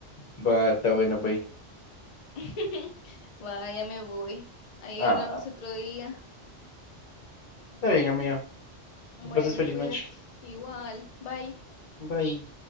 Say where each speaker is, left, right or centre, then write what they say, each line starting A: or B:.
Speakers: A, on the left; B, on the left.
A: Va, está bueno, bye.
B: <laughs> Vaya, me voy. Ahí
A: Ah,
B: hablamos otro día.
A: está bien, amiga.
B: Bueno,
A: Que pases feliz
B: cuídate.
A: noche.
B: Igual, bye.
A: Bye.